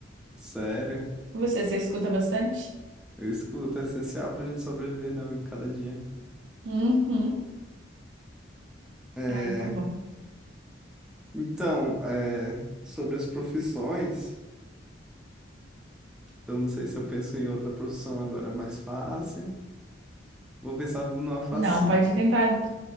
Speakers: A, in the centre; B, on the right (about 70°).
A: Sério,
B: Você, você escuta bastante?
A: eu escuto, é essencial pra gente sobreviver, né, cada dia.
B: Uhum.
A: É,
B: Ai, é tão bom.
A: então, é, sobre as profissões, eu não sei se eu penso em outra profissão agora mais fácil. Vou pensar numa facinho.
B: Não, pode tentar.